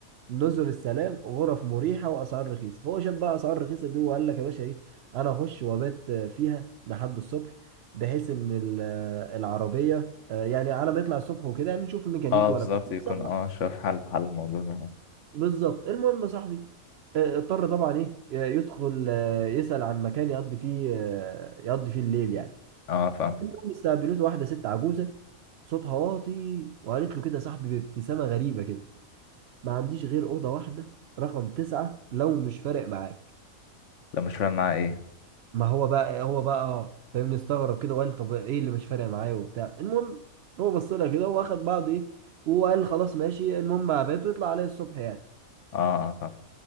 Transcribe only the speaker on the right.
نزل السلام غرف مريحه واسعار رخيصه هو شاف بقى اسعار رخيصه دي وقال لك يا باشا ايه انا اخش وابات فيها لحد الصبح بحيث ان ال- العربيه آه، يعني على ما يطلع الصبح وكده يعني نشوف الميكانيكي
ولا بتاع
يصلح
بالظبط المهم يا صاحبي آه، اضطر طبعا ايه آه، يدخل آه، يسأل عن مكان يقضي فيه آه، يقضي فيه الليل يعني
المهم استقبلته واحده ست عجوزه صوتها واطي وقالت له كده يا صاحبي بابتسامه غريبه كده ما عنديش غير أوضة واحدة رقم تسعة لو مش فارق معاك
ما هو بقى هو بقى اه فاهمني استغرب كده وقال طب ايه اللي مش فارق معايا وبتاع المهم هو بص لها كده واخد بعضه ايه وقال خلاص ماشي المهم عباته ويطلع عليه الصبح يعني